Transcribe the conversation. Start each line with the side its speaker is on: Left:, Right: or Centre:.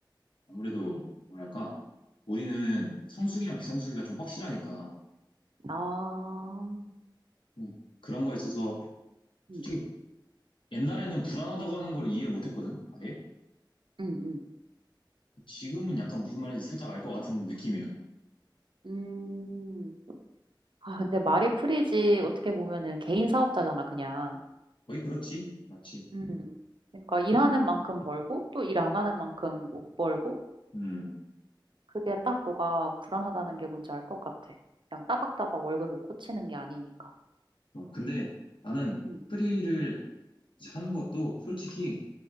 Left: 아무래도 뭐랄까 우리는 성수기랑 비성수기가 좀 확실하니까
Right: 아.
Left: 좀 그런 거에 있어서
Right: 음.
Left: 솔직히 옛날에는 불안하다고 하는 걸 이해를 못 했거든. 아예.
Right: 음, 음.
Left: 지금은 약간 무슨 말인지 살짝 알 것 같은 느낌이야.
Right: 음. 아, 근데 말이 프리지 어떻게 보면은 개인 사업자잖아, 그냥.
Left: 거의 그렇지. 맞지.
Right: 음, 그러니까 일하는 만큼 벌고 또 일 안 하는 만큼 못 벌고
Left: 음.
Right: 그게 딱 너가 불안하다는 게 뭔지 알 것 같아. 그냥 따박따박 월급이 꽂히는 게 아니니까.
Left: 어, 근데 나는
Right: 음,
Left: 프리를 이제 하는 것도 솔직히